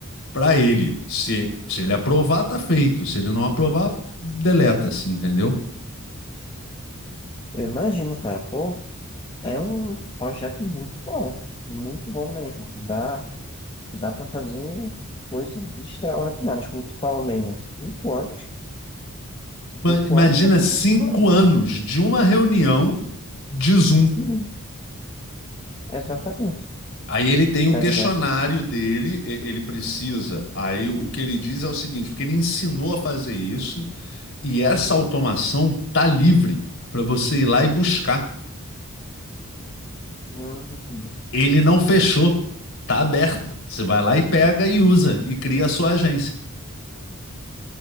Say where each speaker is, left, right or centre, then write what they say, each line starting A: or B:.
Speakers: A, on the left (about 60°); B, on the left (about 25°).
A: para ele. Se, se ele aprovar, tá feito. Se ele não aprovar, deleta-se, entendeu?
B: eu imagino, cara, pô, é um projeto muito bom, muito bom mesmo. Dá, dá para fazer coisas extraordinárias, como tu falou mesmo. Cinco anos, cinco
A: Imagina
B: anos é
A: cinco
B: bastante coisa.
A: anos de uma reunião de Zoom.
B: Sim, exatamente,
A: Aí ele tem o
B: tá
A: questionário
B: ligado?
A: dele, ele precisa. Aí o que ele diz é o seguinte, porque ele ensinou a fazer isso e essa automação tá livre para você ir lá e buscar.
B: Hum,
A: Ele não fechou, tá aberta. Você vai lá e pega e usa e cria a sua agência.